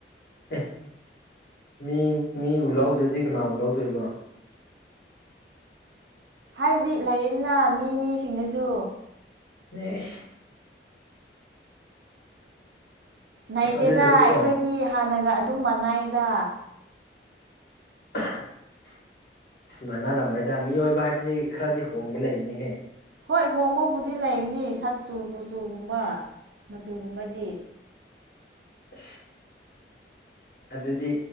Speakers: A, on the left; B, on the right.
A: ꯑꯦ ꯃꯤ ꯃꯤꯕꯨ ꯂꯧꯥꯎꯗ꯭ꯔꯗꯤ ꯀꯅꯥꯕꯨ ꯂꯧꯥꯎꯗꯣꯏꯕ
B: ꯍꯥꯏꯕꯗꯤ ꯂꯩꯌꯦꯗꯅ ꯃꯤ ꯃꯤꯁꯤꯡꯅꯁꯨ
A: <unintelligible>
B: ꯅꯩꯗꯦꯗ
A: ꯑꯗꯨ ꯁꯔꯨꯛꯀꯣ
B: ꯑꯩꯈꯣꯏꯗꯤ ꯍꯥꯟꯅꯒ ꯑꯗꯨꯝ ꯃꯅꯥꯏꯌꯦꯗ
A: ꯑ ꯁꯃꯥꯟꯅꯔꯝꯃꯣꯏꯗ ꯃꯤꯑꯣꯏꯕ ꯍꯥꯏꯕꯁꯤ ꯈꯔꯗꯤ ꯍꯣꯡꯕ ꯂꯩꯕꯅꯤꯍꯦ
B: ꯍꯣꯏ ꯍꯣꯡꯕꯕꯨꯗꯤ ꯂꯩꯒꯅꯤ ꯁꯛꯆꯨ ꯀꯨꯆꯨꯒꯨꯝꯕ ꯃꯆꯨꯒꯨꯝꯕꯗꯤ
A: ꯑ ꯑꯗꯨꯗꯤ